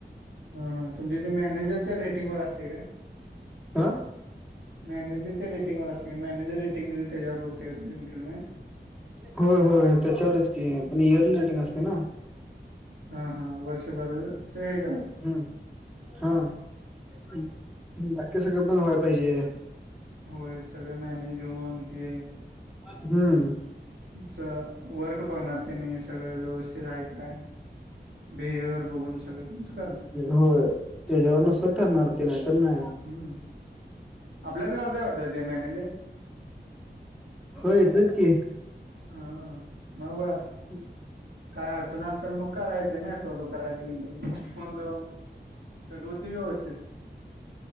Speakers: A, on the right (about 75°); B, in the centre.
A: हा तुमच्या ते मॅनेजरच्या रेटिंग वर असते काय?
B: आ?
A: मॅनेजरच्या रेटिंगवर असते का मॅनेजर रेटिंग देती त्याज्यावर होते का इनक्रीमेंट?
B: होय होय त्याच्यावरच की पण इयरली रेटिंग असते ना.
A: हा हा वर्षभरच हे ह्यच्यावर.
B: हम् हा बाकी सगळं पण व्हाय पाहिजे.
A: होय सगळ मॅनेज होऊन हे.
B: हम्म.
A: चा वर्क बघणार त्येंनी सगळं व्यवस्थित हाय काय. बिहेविअर बघून सगळ तुचं
B: होय त्याच्यावर नुसर ठरणार ते नाय तर नाय.
A: हम् आपल्याच गावचंय वाटत ते मॅनेजर?
B: व्हय तेच की.
A: हा <inaudible>
B: हम.
A: काय अडचण आली तर मग करायचे ना. <unintelligible> करायचींत फोन लावन <unintelligible> व्यवस्थेत.